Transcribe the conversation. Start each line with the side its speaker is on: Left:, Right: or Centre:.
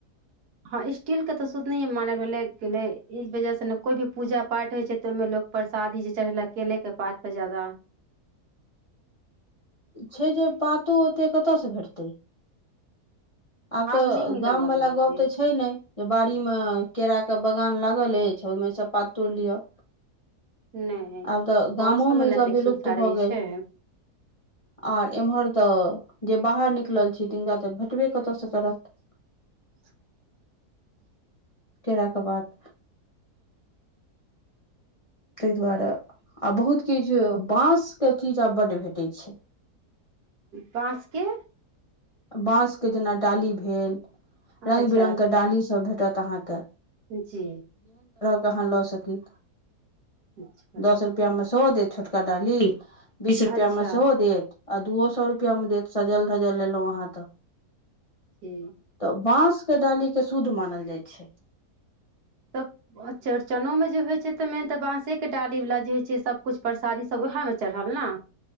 Right: हँ स्टील के तऽ शुध नहि मानल गेलै ई वजह से ने कोइ भी पूजा पाठ होइ छै तऽ ओहिमे लग परसादी जे चढ़ेलक केले के पात पर ज्यादा <inaudible>
Left: छै जे पातो ओते कतसँ भेटतै आब तऽ
Right: नहि मिलऽ
Left: गामवला
Right: लगलै ओतेक
Left: गप तऽ छै ने जे बाड़ी मे केराक के बगान लागल अछि ओहिमेसँ पात तोड़ि लिअ
Right: नहि
Left: आब तऽ गामोमे
Right: गाँव सबमे ने
Left: ई
Right: एतेक
Left: सभ विलुप्त
Right: सुविधा
Left: भऽ
Right: रहै
Left: गेल
Right: छै
Left: आर एम्हर तऽ जे बाहर निकलल छै तिनका तऽ भेटबे कतयसँ करत
Right: <inaudible>
Left: केड़ा के बाद तहि दुआरे आ बहुत किछु बाँसके चीज आब बड्ड भेटै छै
Right: बाँसके
Left: बाँसके जेना डाली भेल र्ंग
Right: अच्छा
Left: बिरंगके डालीसभ भेटत अहाँके
Right: जी
Left: कहाँ लऽ सकी
Right: अच्छा अच्छा
Left: दस रुपया मे सेहो देत छोटका डाली बीस रुपआ
Right: अच्छा
Left: मे सेहो देत आ दूओ सए रुपआ मे देत सजल धजल लेलहुँ अहाँ तऽ
Right: जी
Left: तऽ बाँसके डालीके शुद्ध मानल जाइ छै
Right: तऽ चौड़चनो मे जे होइ छै तऽ मेन तऽ बांसे के डाली वाला जे छै सबकुछ परसादी सब उहै में चढ़ल न